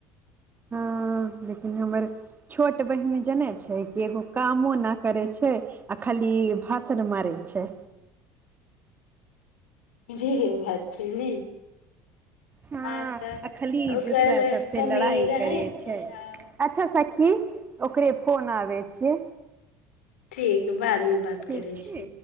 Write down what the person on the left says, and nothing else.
जेहे बात छै ने।
आ तऽ
ओकर
कमी
रहै
छै आब।
ठीक बादमे बात
करै
छी